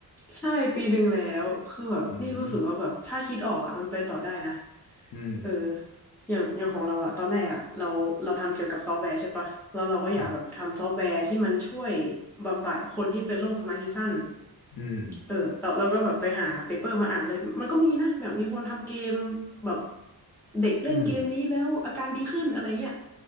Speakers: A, in the centre; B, on the left.
A: ใช่ปีหนึ่งแล้วคือแบบนี่รู้สึกว่าแบบถ้าคิดออกอ่ะมันไปต่อได้นะ
B: อืมอืม
A: เอออย่างอย่างของเราอ่ะตอนแรกอ่ะเราเราทำเกี่ยวกับซอฟต์แวร์ใช่ปะแล้วเราก็อยากแบบทำซอฟต์แวร์ที่มันช่วย
B: ครับ
A: บำบัดคนที่เป็นโรคสมาธิสั้น
B: อืม
A: เออเราเราก็แบบไปหาเปเปอร์มาอ่านเลยมันก็มีนะแบบมีคนทำเกมแบบเด็กเล่นเกมนี้แล้วอาการดีขึ้นอะไรเงี้ย
B: อืม